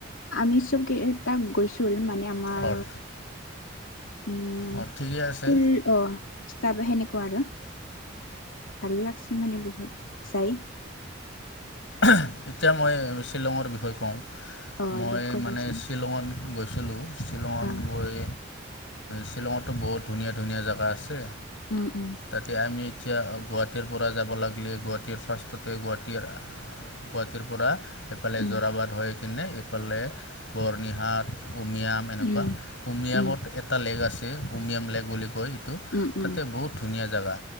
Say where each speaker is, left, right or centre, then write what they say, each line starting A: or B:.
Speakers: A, on the left; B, on the left.
A: আমি চব ক তাক গৈছোঁ, মানে আমাৰ
B: অঁ
A: উম্,
B: অঁ ঠিকে আছে
A: স্কুল অ', ষ্টাফ সেনেকুৱা আৰু। ভাল লাগছে, মানে বহুত চাই।
B: এতিয়া মই শ্বিলঙৰ বিষয়ে কওঁ।
A: অ
B: মই
A: দে ক'বাচোন
B: মানে শ্বিলঙত গৈছিলোঁ, শ্বিলঙত
A: অ
B: গৈ শ্বিলঙতো বহুত ধুনীয়া ধুনীয়া জেগা আছে।
A: উম্, উম্,
B: তাতে আমি এতিয়া গুৱাহাটীৰ পৰা যাব লাগিলে, গুৱাহাটীৰ ফাৰ্ষ্ট গোটে গুৱাহাটীৰ, গুৱাহাটীৰ পৰা এফালে
A: উম
B: জৰাবাদ হৈ কিনে ফালে বৰনিহাট, উমিয়াম, এনেকুৱা
A: উম
B: হুমিয়ামত
A: উম
B: এটা লেক আছে, হোমিয়াম লেক বুলি কয় সেইটো,
A: উম
B: তাতে
A: উম
B: বহুত ধুনীয়া জেগা,